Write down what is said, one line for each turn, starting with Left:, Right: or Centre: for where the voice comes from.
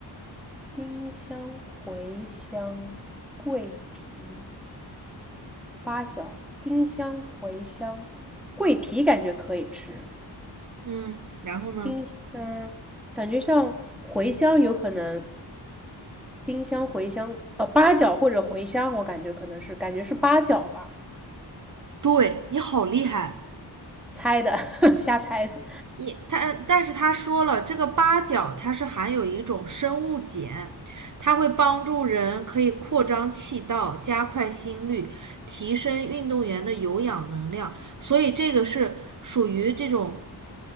Centre: 丁香、茴香、桂皮、八角，丁香、茴香、桂皮感觉可以吃，
Right: 嗯，然后呢？
Centre: 丁嗯，感觉像茴香有可能，丁香、茴香，呃，八角或者茴香，我感觉可能是感觉是八角吧。
Right: 对你好厉害，
Centre: 猜的，<laughs> 瞎猜的。
Right: 你他，但是他说了，这个八角它是含有一种生物碱，它会帮助人可以扩张气道、加快心率、提升运动员的有氧能量，所以这个是属于这种